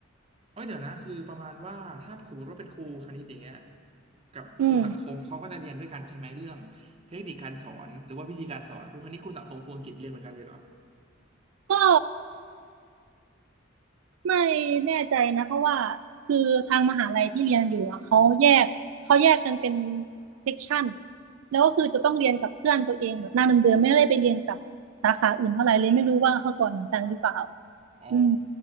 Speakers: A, on the right; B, on the right.
A: เอ้ยเดี๋ยวนะคือประมาณว่าถ้าสมมติว่าเป็นครูคณิตอย่างเนี้ยกับครูสังคมเขาก็จะเรียนด้วยกันใช่ไหมเรื่องเทคนิคการสอนหรือว่าวิธีการสอนครูคณิตครูสังคมครูอังกฤษเรียนเหมือนกันเลยเหรอ
B: อืมก็ ไม่แน่ใจนะเพราะว่าคือทางมหาลัยที่เรียนอยู่อะเขาแยกเขาแยกกันเป็นเซกชันแล้วก็คือจะต้องเรียนกับเพื่อนตัวเองแบบหน้าเดิมๆไม่ได้ไปเรียนกับสาขาอื่นเท่าไหร่เลยไม่รู้ว่าเขาสอนเหมือนกันหรือเปล่า
A: อ๋อ
B: อืม